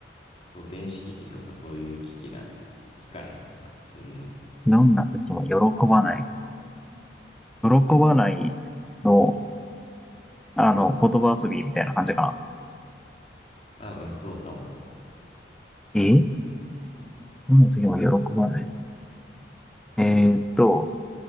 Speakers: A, on the left (about 35°); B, in the centre.
A: そう、電子機器とかそういう機器だね。機械とかそういうの。
B: どんな時も喜ばない。喜ばないの、あの、言葉遊びみたいな感じかな。
A: 多分そうかも。
B: えどんな時も喜ばない。えーっと、